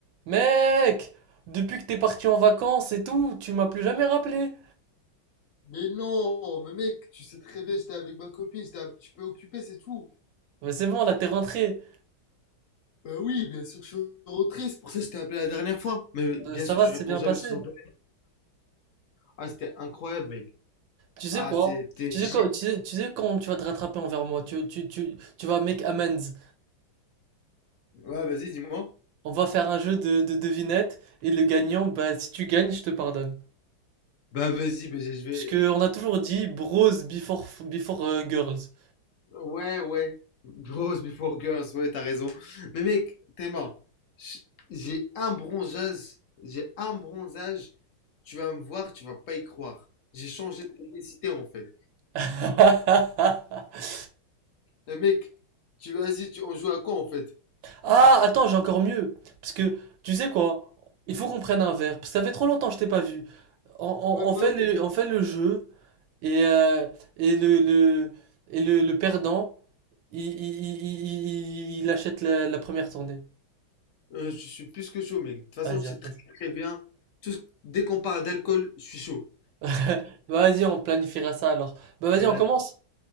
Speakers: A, on the right; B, on the left.
A: Mec, depuis que t'es parti en vacances et tout, tu m'as plus jamais rappelé.
B: Mais non, mais mec, tu sais très bien, j'étais avec ma copine, j'étais un petit peu occupé, c'est tout.
A: Mais c'est bon, là t'es rentré.
B: Bah oui, bien sûr, que je suis rentré, c'est pour ça que je t'ai appelé la dernière fois. Mais bien
A: Euh, Ça
B: sûr,
A: va,
B: tu
A: c'est
B: réponds
A: bien
B: jamais
A: passé.
B: sur son téléphone. Ah, c'était incroyable, mec.
A: Tu sais
B: Ah,
A: quoi?
B: c'était
A: Tu
B: génial.
A: sais quoi? Tu sais, tu sais quand tu vas te rattraper envers moi? Tu, tu, tu, tu vas make amends.
B: Ouais, vas-y, dis-moi.
A: On va faire un jeu de, de devinettes et le gagnant, bah si tu gagnes, je te pardonne.
B: Bah vas-y, bah, je je vais...
A: Parce que on a toujours dit bros before before euh, girls.
B: Ouais, ouais. Bros before girls, ouais, t'as raison. Mais mec, Théma, j- j'ai un bronzage, j'ai un bronzage, tu vas me voir, tu vas pas y croire. J'ai changé de technicité, en fait.
A: <laughs>
B: Eh mec, tu vas-y, tu, on joue à quoi en fait?
A: Ah, attends, j'ai encore mieux. Parce que, tu sais quoi? Il faut qu'on prenne un verre. Parce que ça fait trop longtemps que je t'ai pas vu. On, on-
B: Ouais,
A: on fait
B: bah ouais.
A: le, on fait le jeu. Et, euh, et le, le, et le, le perdant, il, il, il, il- il- il achète la, la première tournée.
B: Euh, je suis plus que chaud, mec. De toute façon,
A: Vas-y,
B: tu
A: on
B: sais
A: fait
B: très
A: ça.
B: très bien. Tout ce- Dès qu'on parle d'alcool, je suis chaud.
A: <laughs> Bah, vas-y, on planifiera ça alors. Bah, vas-y,
B: Euh,
A: on
B: la-
A: commence.